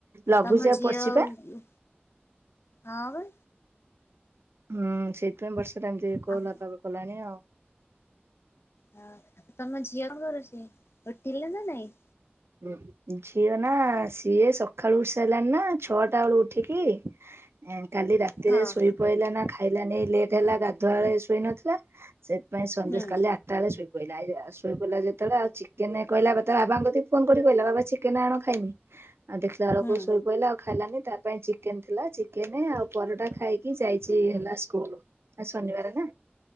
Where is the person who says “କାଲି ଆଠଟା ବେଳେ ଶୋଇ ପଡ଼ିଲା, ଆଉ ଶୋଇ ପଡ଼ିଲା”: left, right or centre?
Right